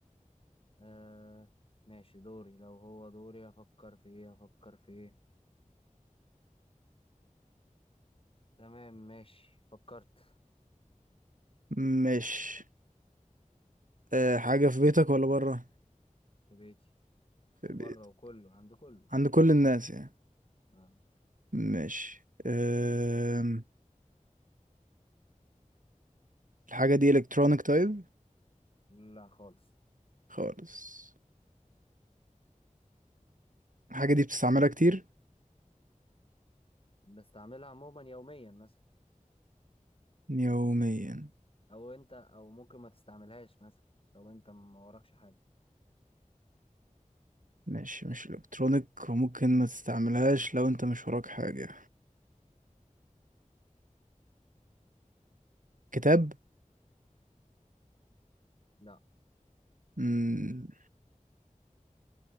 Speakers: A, on the left; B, on the right.
A: آه... ماشي دوري لو هو دوري هفكر في ايه هفكر في ايه تمام ماشي فكرت
B: مش أه حاجة في بيتك ولا بره
A: في بيتي وبره
B: في بيتك
A: وكله عند كله
B: عند كل الناس يعني
A: آه.
B: ماشي أم... الحاجة دي الكترونيك طيب
A: لا خالص
B: خالص الحاجة دي بتستعملها كتير
A: بستعملها عموما يوميا مثلا
B: يوميا
A: او انت او ممكن ما تستعملهاش مثلا لو انت ما وراكش حاجة
B: ماشي مش الكترونيك وممكن ما تستعملهاش لو انت مش وراك حاجة كتاب
A: لا
B: مم.